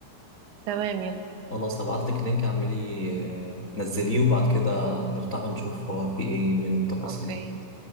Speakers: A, on the right (about 75°); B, on the left (about 65°).
A: تمام يلا
B: خلاص هبعت لك لينك اعمليه نزليه وبعد كده نفتحه نشوف هو فيه ايه من التفاصيل
A: اوكي